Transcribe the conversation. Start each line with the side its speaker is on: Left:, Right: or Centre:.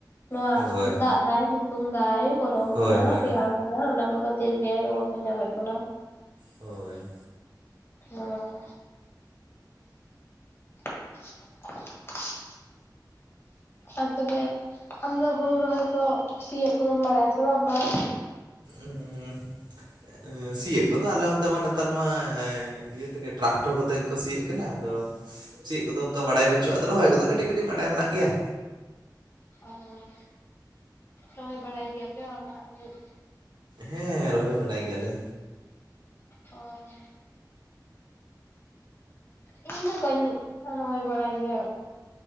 Left: ᱱᱚᱣᱟ
Right: ᱦᱳᱭ
Left: ᱫᱟᱜ ᱫᱟᱭ ᱥᱤᱛᱩᱝ ᱫᱟᱭ ᱜᱚᱨᱚᱢ
Right: ᱦᱳᱭ
Left: ᱠᱟᱱᱟ
Right: ᱦᱳᱭ
Left: ᱨᱮᱭᱟᱲ ᱠᱟᱜ, ᱠᱟᱱᱟ ᱚᱱᱟ ᱠᱚ ᱠᱷᱟᱹᱛᱤᱨ ᱜᱮ ᱨᱩᱣᱟᱹ ᱠᱚ ᱧᱟᱢᱮᱜ ᱵᱚᱱᱟ᱾
Right: ᱦᱳᱭ᱾
Left: ᱦᱩᱸ᱾ <inaudible> ᱟ ᱛᱚᱵᱮ ᱟᱢ ᱫᱚ ᱦᱩᱲᱩ ᱨᱚᱦᱚᱭ ᱠᱚ ᱥᱤᱭᱮᱫ ᱠᱚᱫᱚᱢ ᱵᱟᱲᱟᱭᱟ ᱥᱮ ᱵᱟᱢ ᱵᱟᱲᱟᱭᱟ?
Right: ᱩᱻ ᱥᱤᱭᱳᱜ ᱠᱚᱫᱚ ᱟᱞᱮ ᱚᱱᱛᱮ ᱢᱟ ᱱᱮᱛᱟᱨ ᱢᱟ ᱮᱻ ᱤᱭᱟᱹ ᱛᱮᱜᱮ ᱴᱨᱟᱠᱴᱚᱨ ᱠᱚ ᱛᱮ ᱜᱮᱠᱚ ᱥᱤᱸᱭᱳᱜ ᱠᱟᱱᱟ ᱟᱫᱚ ᱥᱤᱭᱳᱜ ᱠᱚᱫᱚ ᱚᱱᱠᱟ ᱵᱟᱲᱟᱭ ᱵᱟᱹᱪᱩᱜᱼᱟ ᱟᱫᱚ ᱨᱚᱦᱚᱭ ᱠᱚᱫᱚ ᱠᱟᱹᱴᱤᱡ ᱠᱟᱹᱴᱤᱡ ᱵᱟᱰᱟᱭ ᱢᱮᱱᱟᱜ ᱜᱮᱭᱟ᱾
Left: ᱚᱻ ᱨᱚᱦᱚᱭ ᱵᱟᱲᱟᱭ ᱜᱮᱭᱟᱯᱮ ᱟᱨ ᱚᱲᱟᱜ ᱠᱚᱨᱮ᱾
Right: ᱦᱮᱸ ᱨᱚᱦᱚᱭ ᱵᱟᱲᱟᱭ ᱜᱮᱭᱟᱞᱮ᱾
Left: ᱚ᱾ ᱤᱧ ᱫᱚ ᱵᱟᱹᱧ ᱨᱚᱦᱚᱭ ᱵᱟᱲᱟᱭ ᱜᱮᱭᱟ